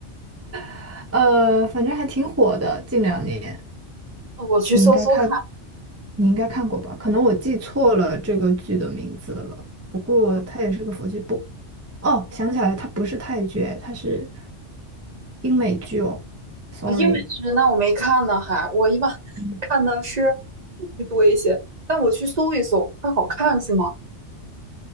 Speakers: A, on the right; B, on the right.
A: <laughs> 呃，反正还挺火的，近两年。
B: 我去搜搜看。
A: 你应该看，你应该看过吧？可能我记错了这个剧的名字了。不过它也是个佛剧，不，哦，想起来了它不是泰剧，它是英美剧哦。Sorry，
B: 啊，英美剧那我没看呢，还我一般 <laughs>
A: 嗯，
B: 看的是日剧多一些，但我去搜一搜，它好看是吗？